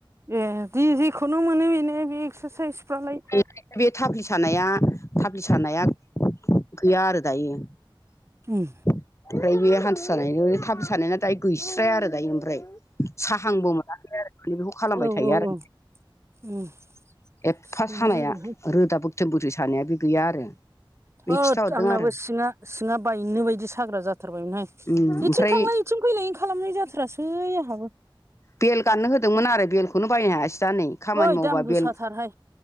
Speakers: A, on the right; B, on the left.
A: ए दि जेखौनो मोनो बेनो बे एक्सारसाइसफ्रालाय।
B: बे-बे थाफ्लि सानाया थाफ्लि सानाया। गैया आरो दायो। ओमफ्राय
A: उम
B: बे हान्थु सानायजो थाफ्लि सानाया दायो गैस्राया आरो दायो ओमफ्राय। साहांबो मोनाखै आरो माने बेखौ खालामबाय
A: औ
B: थायो
A: औ
B: आरो।
A: औ उम।
B: एपफा
A: थिगानो
B: सानाया
A: जादोंहाय
B: रोदा बोगथों-बोगथों सानाया बे गैया आरो।
A: थोद
B: बे खिथाहरदों
A: आंनाबो
B: आरो
A: सिङा-सिङा बायनो बायदि साग्रा जाथारबायमोनहाय।
B: ओमफ्राय
A: बेथिं थांलाय इथिं फैलायनो खालामनाय जाथारासै आंहाबो।
B: बेल गाननो होदोंमोन आरो बेलखौनो बायनो हायासै दा नै खामानि
A: ओइ
B: मावबा
A: दाम गोसाथारहाय
B: बेल